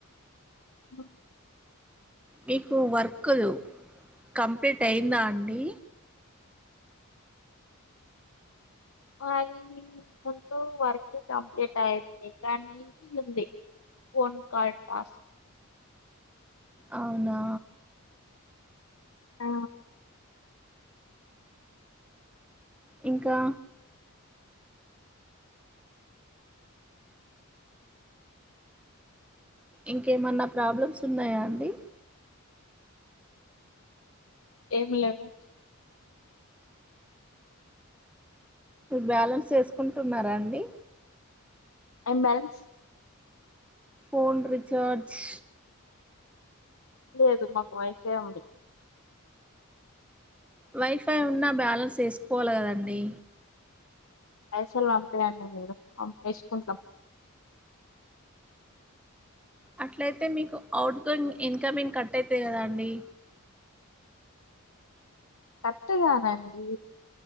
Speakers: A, on the left; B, in the centre.
A: ఆ
B: మీకు వర్క్లు కంప్లీట్ అయిందా అండి
A: అది ముందు వర్క్ కంప్లీట్ అయింది కానీ ఇది ఉంది ఫోన్ కాల్ టాస్క్
B: అవునా
A: ఆ
B: ఇంకా ఇంకేమన్నా ప్రాబ్లమ్స్ ఉన్నాయా అండి
A: ఎం లెవ్వు
B: బ్యాలెన్స్ వేసుకుం టున్నారా అండి
A: ఏం బాలెన్స్
B: ఫోన్ రీచార్జ్
A: లేదు మాకు వైఫై ఉంది
B: వైఫై ఉన్నా బ్యాలన్స్ ఏసుకోవాలి కదండి
A: పైసలు పంపయండి మీరు మేం ఏసుకుంటాం
B: అట్లయితే మీకు అఔట్ గోయింగ్ ఇన్కమింగ్ కట్ అయితై కదా అండి
A: కట్గానండి